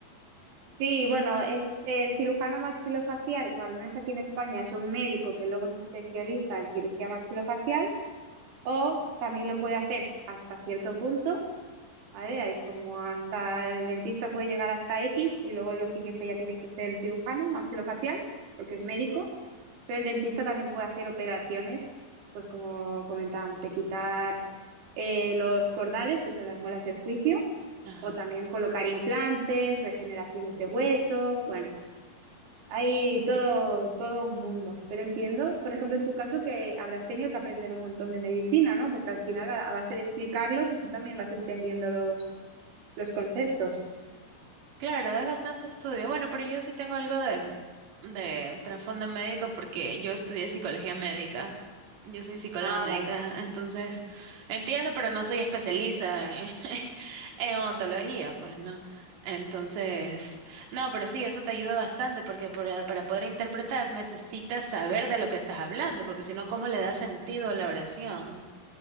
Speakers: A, on the right (about 90°); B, on the right (about 70°).
A: Sí, bueno, es el cirujano maxilofacial, o al menos aquí en España, es un médico que luego se especializa en cirugía maxilofacial, o también lo puede hacer hasta cierto punto ¿vale? Hay como hasta el dentista puede llegar hasta X y luego lo siguiente ya tiene que ser el cirujano maxilofacial, porque es médico, pero el dentista también puede hacer operaciones, pues como comentábamos, de quitar eh, los cordales, que son las molas del juicio,
B: Ajá.
A: o también colocar implantes, regeneraciones de hueso, bueno, hay todo, todo un mundo. Pero entiendo, por ejemplo, en tu caso que habrás tenido que aprender un montón de medicina, ¿no? Porque al final, a, a base de explicarlo, pues tú también vas entendiendo los, los conceptos.
B: Claro, es bastante estudio. Bueno, pero yo sí tengo algo de, de trasfondo médico porque yo estudié psicología médica. Yo soy psicóloga
A: Ah,
B: médica,
A: vale.
B: entonces entiendo, pero no soy especialista en, <laughs> en odontología, pues, ¿no? Entonces, no, pero sí, eso te ayuda bastante porque para, para poder interpretar necesitas saber de lo que estás hablando, porque si no, ¿cómo le da sentido a la oración?